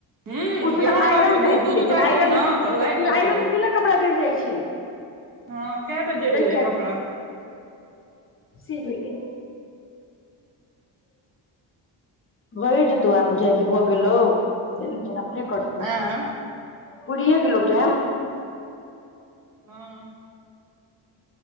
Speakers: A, on the right; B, on the left.
A: हूँ
B: ओ स
A: जहाँ
B: <unintelligible> आयरन
A: ने
B: टाइप
A: दूध
B: भेलै
A: तूध उतारबौ
B: जेना आयरन
A: ने तऽ लागि
B: जेना
A: जेतौ
B: आयरन से केना कपड़ा जैड़ जाइत छै
A: हँ के टा जइड़
B: तै
A: गेलै कपड़ा
B: सहीए भए जेतौ आ बुझाइ कि भऽ गेलौ <inaudible> अपने करतौ
A: आँय
B: पुरियो गेलो टाइम
A: हँ